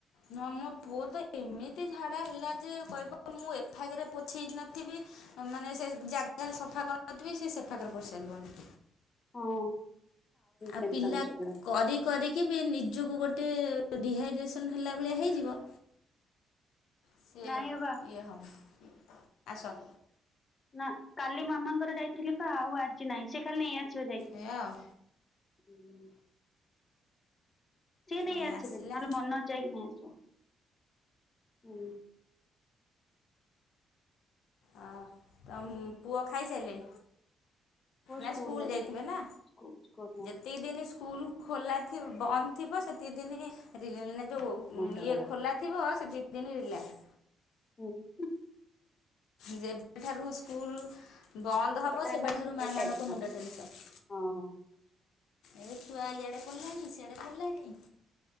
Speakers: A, on the left (about 80°); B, on the left (about 35°).
A: ନା ମୋ ପୁଅ ତ ଏମିତି ଝାଡ଼ା ହେଲା ଯେ କହିବ ମୁଁ ଏଫାଗରେ ପୋଛେଇ ନଥିବି ମାନେ ସେ ଜାଗାରେ ସଫା କରି ନଥିବି ସେ ସେଫାଖରେ କରି ସାରିବଣି।
B: ହଁ
A: ଆଉ
B: ଟେନସନ
A: ପିଲା
B: ସେଗୁଡା
A: କରି କରିକି ବି ନିଜକୁ ଗୋଟେ ଡିହାଇଡ୍ରେସନ ହେଲା ଭଳିଆ ହେଇଯିବ ସେ
B: ନାଇଁ ଅବା
A: ଇଏ ହବ ଆସ
B: ନା କାଲି ମାମାଙ୍କର ଯାଇଥିଲି ପା ଆଉ ଆଜି ନାଇଁ ସେ କାଲି ନେଇଆସିବ ଯାଇକି।
A: ଏଇଆ ଆଉ
B: ହୁଁ। ସିଏ ନେଇ
A: ଏଇ
B: ଆସିବେ
A: ଆସିଲା।
B: ନହେଲେ ମନୋଜ ଯାଇକି ନେଇ ଆସିବ। ହୁଁ।
A: ଅ ତ ପୁଅ ଖାଇସାଇଲେ?
B: ପୁଅ
A: ନା ସ୍କୁଲ
B: ଯାଇଥିଲା
A: ଯାଇଥିବେ ନା
B: ସ୍କୁଲ ସ୍କୁଲ
A: ଯେତିକି ଦିନ ସ୍କୁଲ ଖୋଲା ଥିବ ବନ୍ଦ ଥିବ ସେତିକି ଦିନ ରିଲ ଯୋଉ
B: ମୁଣ୍ଡ
A: ଇଏ
B: ଖରାପ
A: ଖୋଲା ଥିବ ସେ ଦିନି ରିଲାଷ୍କ।
B: ହୁଁ।
A: ଯେବେଠାରୁ ସ୍କୁଲ ବନ୍ଦ
B: ଭଲ
A: ହବ ସେବେଠାରୁ
B: ହେଲା ସେତ
A: ମାଆ
B: ଟେନସନ
A: ମାନଙ୍କ ମୁଣ୍ଡ ଟେନସନ୍।
B: ହଁ।
A: ଏଇ ଛୁଆ ଇଆଡେ କଲେଣି ସିଆଡେ କଲେଣି।